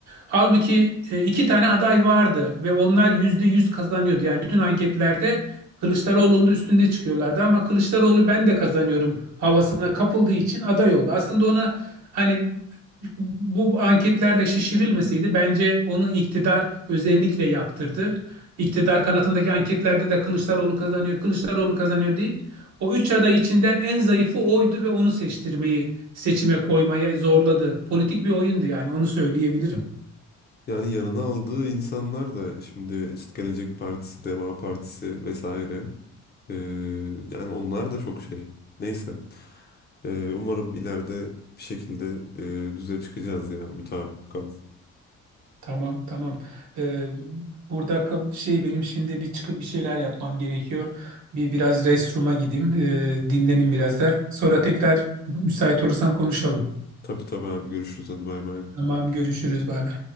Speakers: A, on the right; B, on the left.
A: Halbuki e, iki tane aday vardı ve onlar yüzde yüz kazanıyordu. Yani bütün anketlerde Kılıçdaroğlu'nun da üstünde çıkıyorlardı ama Kılıçdaroğlu ben de kazanıyorum havasına kapıldığı için aday oldu. Aslında ona hani bu anketlerle şişirilmeseydi bence onu iktidar özellikle yaptırdı. İktidar kanatındaki anketlerde de Kılıçdaroğlu kazanıyor, Kılıçdaroğlu kazanıyor deyip o üç aday içinden en zayıfı oydu ve onu seçtirmeyi seçime koymaya zorladı. Politik bir oyundu yani onu söyleyebilirim.
B: Yani yanına aldığı insanlar da şimdi işte Gelecek Partisi, Deva Partisi vesaire. Ee, yani onlar da çok şey. Neyse. Ee, umarım ileride bir şekilde e, düze çıkacağız ya. Mütabık kalın.
A: Tamam tamam. Ee, burada ka- şey benim şimdi bir çıkıp bir şeyler yapmam gerekiyor. Bir biraz restroom'a gideyim. Ee, dinlenin biraz da. Sonra tekrar müsait olursan konuşalım.
B: Tabii tabii abi görüşürüz. Hadi bay bay.
A: Tamam görüşürüz bay bay.